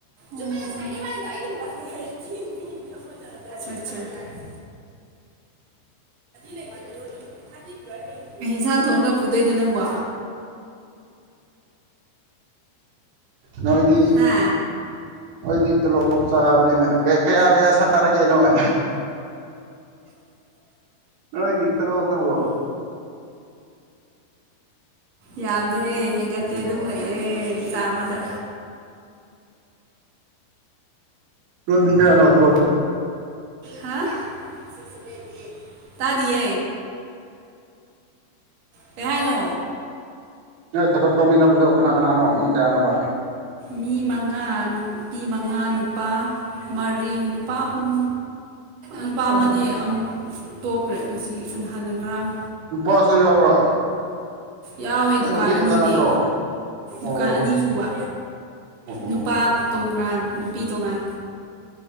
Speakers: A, on the right (about 60°); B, on the right (about 85°).
A: ꯆꯨꯝꯃꯦ ꯉꯁꯥꯏꯗꯩ ꯋꯥꯔꯤꯗꯣ ꯑꯩꯒꯤ ꯅꯨꯄꯥꯥ <unintelligible> ꯑꯆꯥ ꯆꯥ <unintelligible> ꯊꯔꯇꯤ ꯂꯩꯕꯗꯣ ꯑꯗꯨꯝ ꯄꯤꯔꯛꯑꯣ ꯑꯗꯨꯝ <unintelligible> ꯀꯩ ꯏꯟꯁꯥꯡ ꯊꯣꯡꯑꯒ ꯄꯨꯗꯣꯏꯅꯣ ꯅꯪꯕꯣ
B: ꯅꯣꯏꯗꯤ
A: ꯍꯥ
B: ꯅꯣꯏꯗꯤ ꯇꯣꯂꯣꯞ ꯆꯥꯕꯅꯤꯅ ꯀꯌꯥ ꯀꯌꯥ ꯁꯥꯔꯒꯦ ꯅꯣꯏ ꯅꯣꯏꯒꯤ ꯇꯣꯂꯣꯞ ꯇꯨꯕꯨ
A: ꯌꯥꯝꯗꯦꯍꯦ ꯍꯦꯟꯒꯠꯇꯦ ꯑꯗꯨꯝ ꯂꯩꯔꯦ ꯆꯥꯡꯃꯗ
B: ꯅꫭꯏ ꯃꯤ ꯀꯌꯥꯅꯣ ꯊꯕꯛ
A: ꯍꯥ ꯁꯤꯁ ꯁꯚꯦꯟ ꯑꯦꯠ ꯇꯥꯗꯤꯌꯦ ꯀꯩꯍꯥꯏꯅꯣ
B: ꯅꯣꯏ ꯊꯕꯛ ꯇꯧꯃꯤꯟꯅꯕꯗꯣ ꯀꯅꯥ ꯀꯅꯥꯅꯣ ꯃꯤ ꯀꯌꯥꯅꯣꯕ
A: ꯃꯤ ꯃꯉꯥ ꯅꯨꯄꯤ ꯃꯉꯥ ꯅꯨꯄꯥ ꯃꯥꯔꯤ ꯅꯨꯄꯥ ꯑꯍꯨꯝ ꯅꯨꯄꯥꯃꯗꯤ
B: ꯑꯣ
A: ꯑꯃꯨꯛ ꯇꯣꯛꯈ꯭ꯔꯦ ꯉꯁꯤ ꯅꯍꯥꯟꯅ ꯉꯔꯥꯡ
B: ꯅꯨꯄꯥꯁꯨ ꯌꯥꯎꯕ꯭ꯔꯣ
A: ꯌꯥꯎꯋꯦ
B: ꯅꯣꯏ
A: ꯗꯨꯀꯥꯟ
B: ꯅꯨꯄꯤ ꯈꯛꯇ
A: ꯑꯅꯤꯅꯦ
B: ꯅꯠꯇ꯭ꯔꯣ ꯑꯣ ꯑꯣ
A: ꯗꯨꯀꯥꯟ ꯑꯅꯤ ꯁꯨꯕ
B: ꯑꯣ ꯑꯣ
A: ꯅꯨꯄꯥ ꯇꯣꯉꯥꯟ ꯅꯨꯄꯤ ꯇꯣꯉꯥꯟ